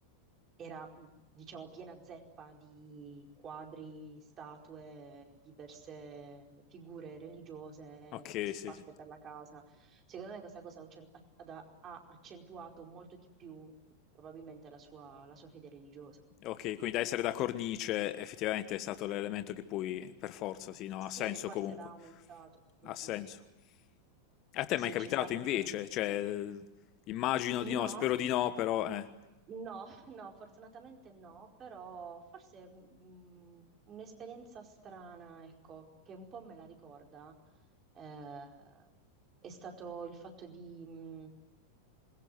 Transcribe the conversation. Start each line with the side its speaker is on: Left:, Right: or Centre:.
Right: era, mh, diciamo, piena zeppa di quadri, statue, diverse figure religiose
Left: Ok,
Right: sparse
Left: sì, sì.
Right: per la casa. Secondo me questa cosa ha uccen- ha- ha- ha accentuato molto di più probabilmente la sua, la sua fede religiosa.
Left: Ok, quindi da essere da cornice effettivamente è stato l'elemento che poi, per forza, sì, no,
Right: Sì,
Left: ha senso
Right: forse
Left: comunque.
Right: l'ha aumentato. Mm,
Left: Ha senso.
Right: mm.
Left: A te
Right: Sì,
Left: è mai capitato
Right: ci sta per
Left: invece?
Right: te.
Left: Cioè, l- immagino
Right: No?
Left: di no, spero di no, però, eh,
Right: No, <laughs> no, fortunatamente no, però forse mm, mm, un'esperienza strana, ecco, che un po' me la ricorda, eh, è stato il fatto di, mm,